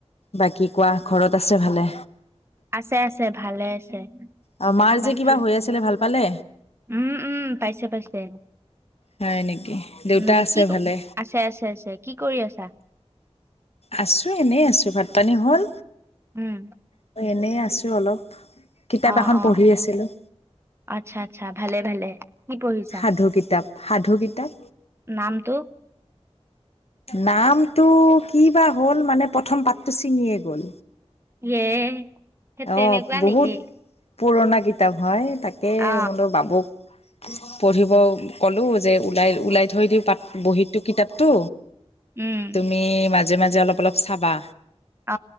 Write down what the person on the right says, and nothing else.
আছে আছে, ভালে আছে।
বাকী,
উম উম, পাইছে পাইছে।
উম,
কি
আছে আছে আছে। কি কৰি আছা?
উম।
অ'
অ'
আচ্ছা আচ্ছা ভালে ভালে। কি পঢ়িছা
নামটো?
ইয়ে সেই তেনেকুৱা
নেকি
অ
উম
অ